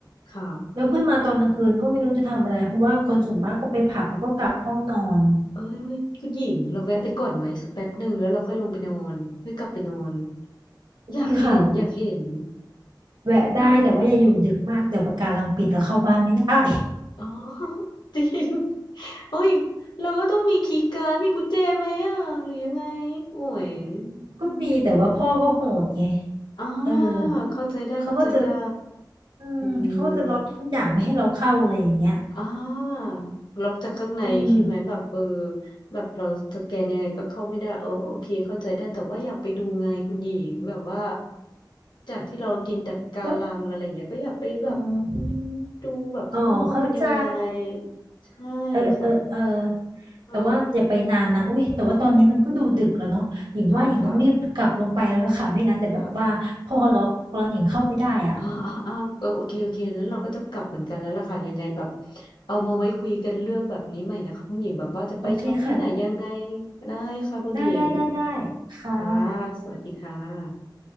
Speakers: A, on the left; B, on the right.
A: ค่ะ
B: แล้วขึ้นมาตอนกลางคืนก็ไม่รู้จะทำอะไรเพราะว่าคนส่วนมากก็ไปผับแล้วก็กลับห้องนอน
A: เอ้ยคุณหญิงเราแวะไปก่อนไหมสักแป๊บหนึ่งแล้วเราค่อยลงไปนอนค่อยกลับไปนอน
B: อุ้ยค่ะ
A: อยากเห็นอยากเห็น
B: แวะได้แต่ว่าอย่าอยู่ดึกมากเดี๋ยวปะการังปิดแล้วเข้าบ้านไม่ได้
A: อืม อ๋อ <laughs> จริงโอ้ยเราก็ต้องมีคีย์การ์ดมีกุญแจไหมอ่ะหรือยังไงโอ้ย
B: <laughs> ก็มีแต่ว่าพ่อก็โหดไง
A: อมอ่า
B: เออ
A: เข้าใจได้เข้าใจได้
B: เขาก็จะอืมเขาก็จะล็อกทุกอย่างไม่ให้เราเข้าอะไรอย่างเงี้ย
A: อืมอ่าล็อกจากข้างในใช่ไหมแบบเออ
B: อืม
A: แบบเราสแกนยังไงก็เข้าไม่ได้เออโอเคเข้าใจได้แต่ว่าอยากไปดูไงคุณหญิงแบบว่าจากที่เรากินแต่ปะการังอะไรอย่างเงี้ยก็อยากไปแบบอืมดูแบบข้างนอกเป็นยังไง
B: ก็อืมอมอ๋อเข้าใจ
A: ใช่
B: เออเออเออ
A: ค่ะอืม
B: แต่ว่าอย่าไปนานนะอุ้ยแต่ว่าตอนนี้มันก็ดูดึกแล้วเนาะหญิงว่าหญิงต้องรีบกลับลงไปแล้วล่ะค่ะไม่งั้นเดี๋ยวแบบว่าพอล็อกตอนหญิงเข้าไม่ได้อ่ะ
A: ค่ะค่ะ ค่ะอ่าอ่าอ่าก็โอเค โอเคนั้นเราก็ต้องกลับเหมือนกันแล้วล่ะค่ะ ยังไงแบบเอามาไว้คุยกันเรื่องแบบนี้ใหม่นะคะคุณหญิงแบบว่าจะไปช็อปที่ไหนยังไง
B: โอเคค่ะ
A: ได้ค่ะคุณหญิง
B: ได้ได้ได้ได้ค่ะ
A: ค่ะสวัสดีค่ะ